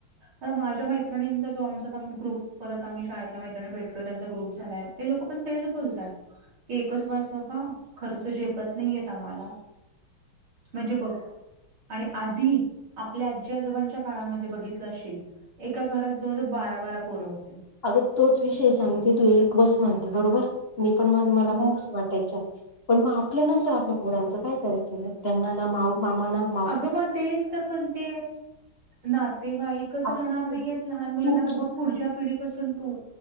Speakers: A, on the right; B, on the left.
A: अ माझ्या मैत्रणींचा जो आमचा ग्रुप परत आम्ही शाळेतला मा नी भेटल त्यांचा ग्रुप झालाय ते लोक पण तेच बोलतात. एकच बस बाबा, खर्च झेपत नाही येत आम्हाला. म्हणजे बघ. आणि आधी, आपल्या आजी आजोबांच्या काळामध्ये बघितलं असशील. एका घरात जवळजवळ बारा-बारा पोर होती.
B: आग तोच विषय सांगते, तू एक बस म्हणते बरोबर, मी पण म मला
A: मग
B: पण वाटायच, पण मग आपल्या नंतर आपल्या पोरांचं काय करायचं, त्यांना ना मा मामाना
A: अगं मग तेच तर म्हणते नातेवाईकच
B: आप-
A: राहणार नाहीयेत लहान मुलांना
B: तू
A: तर बघ पुढच्या पिढीपासून तू